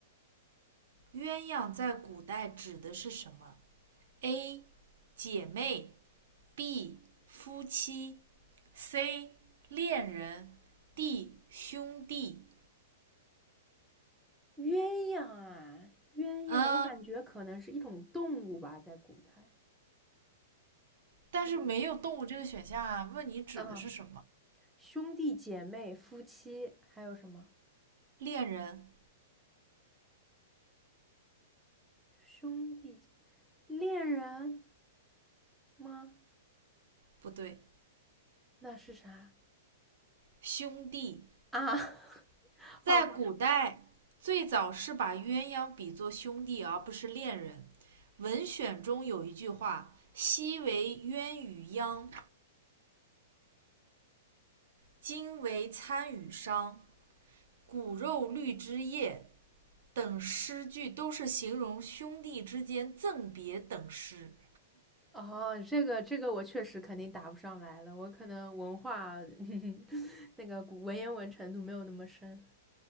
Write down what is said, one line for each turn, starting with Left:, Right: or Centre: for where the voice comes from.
Right: 鸳鸯在古代指的是什么？A. 姐妹 B 夫妻，C 恋人，D 兄弟。
Centre: 鸳鸯啊，鸳鸯，
Right: 嗯，
Centre: 我感觉可能是一种动物吧，在古代。
Right: 但是没有动物这个选项啊。
Centre: 嗯，
Right: 问你指的是什么？
Centre: 嗯，兄弟姐妹、夫妻，还有什么？
Right: 恋人
Centre: 兄弟姐，恋人吗？
Right: 不对，
Centre: 那是啥
Right: 兄弟
Centre: 啊？<laughs>
Right: 在古代最早是把鸳鸯比作兄弟，
Centre: 好吧，
Right: 而不是恋人。文选中有一句话：“昔为鸳与鸯，今为参与商。骨肉绿枝叶，等诗句都是形容兄弟之间赠别等诗。
Centre: 哦，这个这个我确实肯定答不上来了，我可能文化 <laughs> 那个古文言文程度没有那么深。